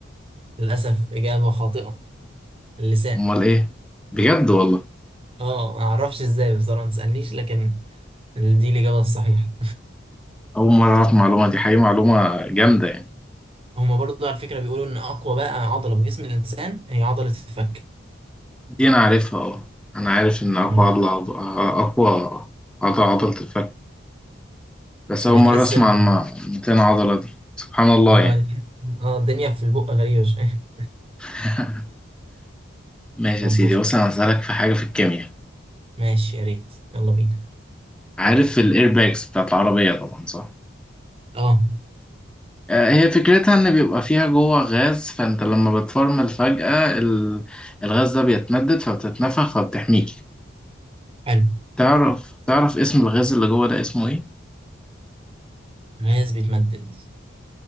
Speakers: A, on the right (about 30°); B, in the centre.
A: للاسف اجابة خاطئة اللسان
B: امال ايه بجد والله
A: اه ما اعرفش ازاي بصراحة ما تسالنيش لكن دي الاجابة الصحيحة
B: اول مره اعرف المعلومه دي حقيقه معلومه جامده يعني
A: <laughs> هما برضو على فكرة بيقولوا ان اقوى بقى عضلة في جسم الانسان هي عضلة الفك
B: دي انا عارفها اه انا عارف ان اقوى
A: مم.
B: عضله عض- اقوى عضله عضله الفك بس اول
A: يعني
B: مره
A: تحس
B: اسمع
A: ال...
B: عن 200 عضله دي سبحان الله
A: اه
B: يعني
A: اه الدنيا في البق غريبة شوية
B: <laughs> ماشي
A: <laughs> طب
B: يا سيدي
A: بص
B: بص انا هسألك في حاجة في الكيمياء
A: ماشي يا ريت يلا بينا
B: عارف الايرباكس بتاعت العربية طبعا صح
A: اه
B: آه، هي فكرتها ان بيبقى فيها جوه غاز فانت لما بتفرمل فجأة ال- الغاز ده بيتمدد فبتتنفخ فبتحميك
A: حلو
B: تعرف تعرف اسم الغاز اللي جوه ده اسمه ايه
A: غاز بيتمدد